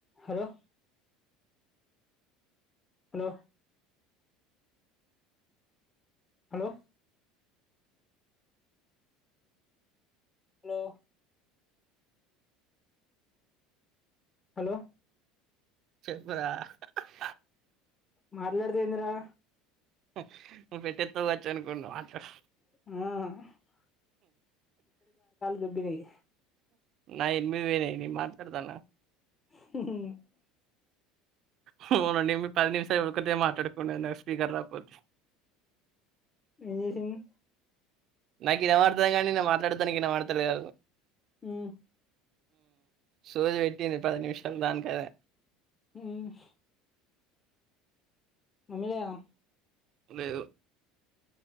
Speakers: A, on the left; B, on the right.
A: Hello hello! Hello! Hello! Hello!
B: చెప్పరా అహ్ అహ్
A: మాట్లాడదేందిరా?
B: నువ్వు పెట్టే కావచ్చు అనుకున్నావు అచ్చహ్
A: మ్ దుబ్బినాయి
B: నా ఎనిమీవేనే నీ మాట్లాడతాన్నా.
A: హ్ హూ <unintelligible>
B: హు నండి మీ పది నిమిషాలు ఊరకతే మాట్లాడుకుండా నాకు స్పీకర్ రాకపోతే
A: ఏంచేసిండు
B: నాకు వినపడతాంది గాని నేను మాట్లాడనికి వినపడతా లేదు.
A: మ్మ్
B: సోది పెట్టింది పది నిమిషాలు దానికదే.
A: హ్మ్ మమ్మలయా <unintelligible>
B: బ్వ్